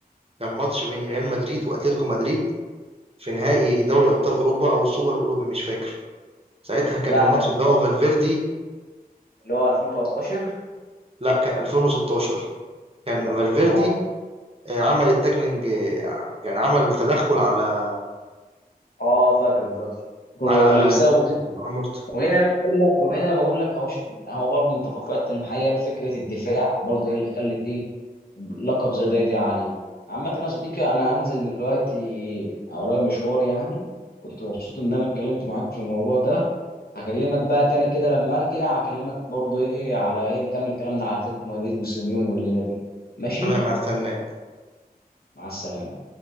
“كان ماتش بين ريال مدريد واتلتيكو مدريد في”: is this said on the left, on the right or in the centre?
Right